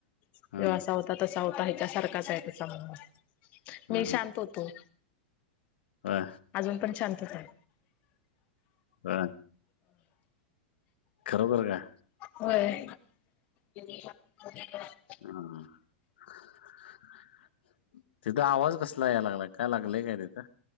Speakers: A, on the left; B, on the left.
A: तो
B: हा
A: असा हो आता तसा होता ह्याच्यासारखाच आहे त्याचा म्हणुन,
B: हा
A: मी शांत होतो.
B: हा.
A: अजून पण शांतच आहे.
B: हा, खरोखर काय?
A: होय. <unintelligible> <unintelligible>
B: हम्म ह <unintelligible> तिथं आवाज कसला या लागला? काय लागलय काय तिथं?